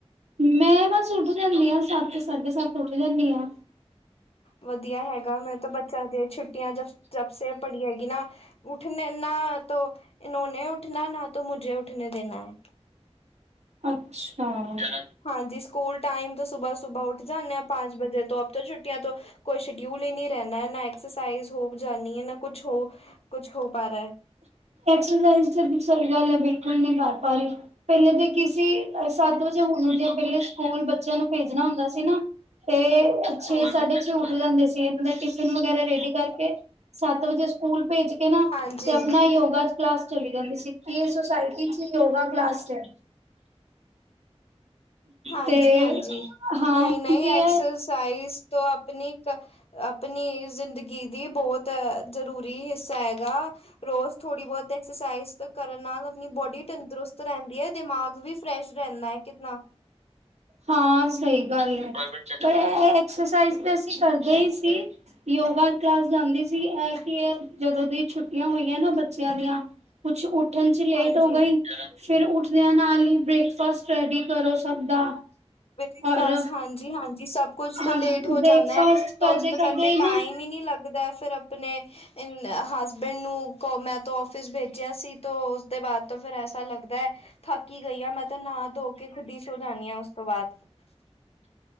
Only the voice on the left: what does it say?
ਵਧੀਆ ਹੈਗਾ, ਮੈਂ ਤਾਂ ਬੱਚਿਆਂ ਦੀ ਛੁੱਟੀਆਂ ਜ ਜਬ ਸੇ ਪੜ੍ਹੀ ਹੈਗੀ ਨਾ। ਉੱਠਣੇ ਨਾ ਇਹਨਾਂ ਨੇ ਉੱਠਣਾ ਨਾ ਤ ਮੁਝੇ ਉੱਠਣੇ ਦੇਣਾ ਹੈ।
ਹਾਂਜੀ ਸਕੂਲ, ਟਾਈਮ ਤੋਂ ਸੁਬਾਹ ਸੁਬਾਹ ਉਠ ਜਾਨੇ ਆ ਪਾਜ ਵਜੇ ਤੋਂ ਆਪ ਛੁੱਟੀਆਂ ਤੋਂ ਕੋਈ ਸ਼ਡਿਊਲ ਹੀ ਨੀ ਰਹਨਾ ਨਾ ਐਕਸਰਸਾਈਜ਼ ਹੋ ਜਾਂ ਹੈ ਨਾ ਕੁਛ ਹੋ ਕੁਛ ਹੋ ਪਾ ਰਿਹਾ ਹੈ।
ਹਾਂਜੀ
ਹਾਂਜੀ
ਹਾਂਜੀ-ਹਾਂਜੀ,
ਨਹੀਂ-ਨਹੀਂ,
ਐਕਸਰਸਾਈਜ਼
ਤੋਂ ਆਪਣੀ-ਆਪਣੀ, ਜ਼ਿੰਦਗੀ ਦੀ ਬਹੁਤ ਜ਼ਰੂਰੀ ਹਿੱਸਾ ਹੈਗਾ ਰੋਜ਼ ਥੋੜੀ ਬਹੁਤ ਐਕਸਸਾਈਜ਼ ਕਰਨ ਨਾਲ ਆਪਣੀ ਬੋਡੀ ਤੰਦਰੁਸਤ ਰਹਿੰਦੀ ਹੈ ਦਿਮਾਗ ਵੀ ਫਰੈਸ਼ ਰਹਿੰਦਾ ਹੈ ਕਿਤਨਾ
ਹਾਂਜੀ
ਬ੍ਰਕਫਾਸਟ
ਹਾਂਜੀ-ਹਾਂਜੀ, ਸਭ ਕੁਛ ਤੋਂ
ਲੇਟ ਹੋ
ਜਾਂਦਾ ਹੈ
ਤੇ ਉਸ
ਕਰਕੇ
ਟਾਈਮ
ਹੀ ਨੀ ਲੱਗਦਾ ਫਿਰ ਆਪਣੇ ਹਾਂ ਹਸਬੈਂਡ ਨੂੰ ਮੈਂ ਤੋਂ ਆਫਿਸ ਭੇਜ ਗਿਆ ਸੀ ਤੇ ਉਸਦੇ ਬਾਅਦ ਤੋਂ ਫਿਰ ਅੱਛਾ ਲੱਗਦਾ ਹੈ ਥੱਕੀ ਗਈ ਆ ਮੈਂ ਤਾਂ ਨਾ ਧੋ ਕੇ ਖੁਦ ਹੀ ਸੋ ਜਾਂਦੀ ਹਾਂ। <unintelligible>